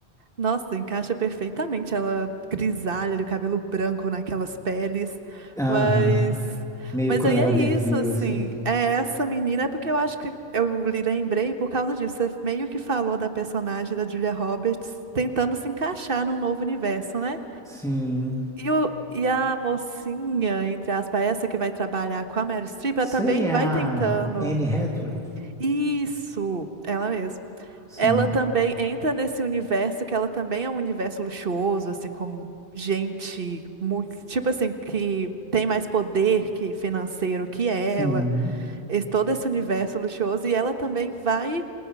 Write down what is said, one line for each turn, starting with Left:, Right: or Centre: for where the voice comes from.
Right: Nossa, encaixa perfeitamente ela grisalha, o cabelo branco naquelas peles.
Centre: Aham.
Right: Mas
Centre: Meio
Right: mas
Centre: Cruella
Right: aí é
Centre: de
Right: isso,
Centre: Vil,
Right: assim.
Centre: assim.
Right: É essa menina, é porque eu acho que eu lhe lembrei por causa disso. Você meio que falou da personagem da Julia Roberts tentando se encaixar num novo universo, né?
Centre: Sim.
Right: E, o, e a mocinha, entre aspas, essa que vai trabalhar com a Meryl Streep, ela também
Centre: Sei, é
Right: vai
Centre: a
Right: tentando.
Centre: Anne Hathaway.
Right: Isso, ela mesma.
Centre: Sim.
Right: Ela também entra nesse universo que ela também é um universo luxuoso, assim, como gente, mu- tipo assim, que tem mais poder que financeiro que ela,
Centre: Sim.
Right: esse, todo esse universo luxuoso, e ela também vai